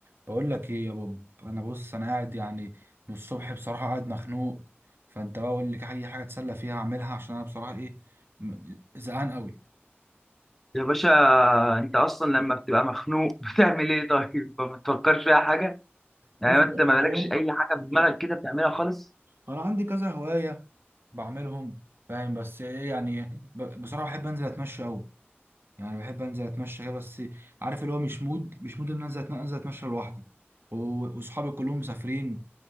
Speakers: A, on the right; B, in the centre.
A: بقول لك ايه يا بوب انا بص انا قاعد يعني من الصبح بصراحه قاعد مخنوق فانت بقى قول لي اي حاجه اتسلى فيها اعملها عشان انا بصراحه ايه م- زهقان قوي
B: يا باشا انت اصلا لما بتبقى مخنوق <laughs> بتعمل ايه طيب ما بتفكرش في اي حاجه يعني
A: بص
B: انت
A: هو
B: ما مالكش اي حاجه في دماغك
A: هو-
B: كده بتعملها خالص
A: انا عندي كذا هوايه بعملهم فاهم بس ايه يعني ب- بصراحه بحب انزل اتمشى قوي يعني بحب انزل اتمشى كده بس عارف اللي هو مش مود مش مود ان أنا انزل أتن- انزل اتمشى لوحدي و- واصحابي كلهم مسافرين